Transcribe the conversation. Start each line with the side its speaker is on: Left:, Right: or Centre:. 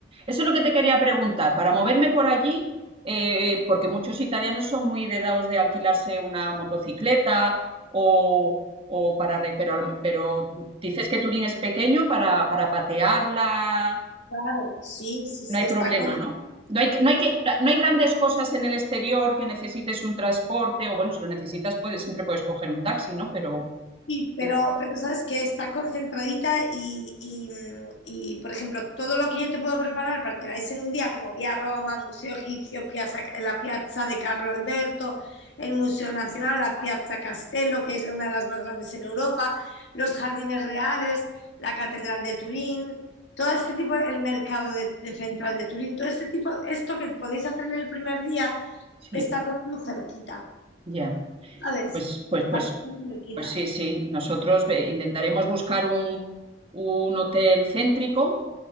Right: Eso es lo que te quería preguntar. Para moverme por allí, eh, porque muchos italianos son muy de dados de alquilarse una motocicleta o, o para. re- Pero, al- pero dices que Turín es pequeño para, para patearla
Left: claro, sí, sí, sí,
Right: no hay
Left: está
Right: problema,
Left: con,
Right: ¿no? No hay, no, hay que, no hay grandes cosas en el exterior que necesites un transporte, o bueno, si lo necesitas, puedes, siempre puedes coger un taxi, ¿no? Pero
Left: Sí, pero,
Right: eh,
Left: pero sabes que está concentradita y, y, mm, y, por ejemplo, todo lo que yo te puedo preparar para que vais en un día, como vía Roma, Museo Egipcio, Piazza- la Piazza de Carlo Alberto, el Museo Nacional, la Piazza Castello, que es una de las más grandes en Europa, los Jardines Reales, la Catedral de Turín, todo este tipo, el mercado de, de central de Turín, todo este tipo, esto que podéis hacer en el primer día,
Right: sí,
Left: está todo muy cerquita,
Right: ya,
Left: ¿sabes?
Right: pues, pues,
Left: Está
Right: pues,
Left: todo muy cerquita.
Right: pues sí, sí. Nosotros eh, intentaremos buscar un, un hotel céntrico